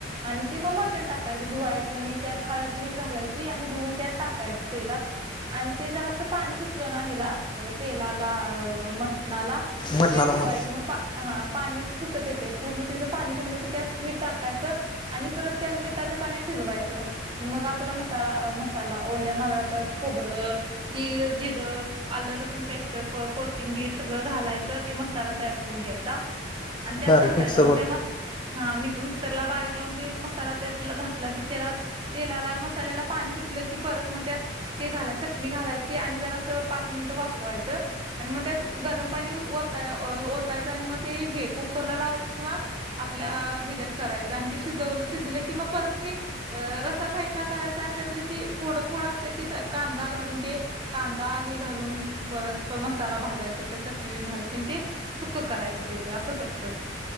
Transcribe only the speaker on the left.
मटणाला
हा
बारीक
मिक्सरवर